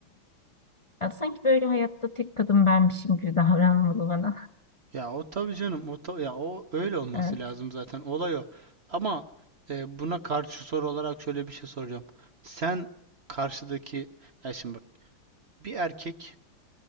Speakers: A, on the left; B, on the right.
A: Ya sanki böyle hayatta tek kadın benmişim gibi davranmalı bana.
B: Ya o tabii canım o ta- ya o öyle olması
A: Evet.
B: lazım zaten olay o. Ama e, buna karşı soru olarak şöyle bir şey soracağım. Sen karşıdaki ya şimdi bak bir erkek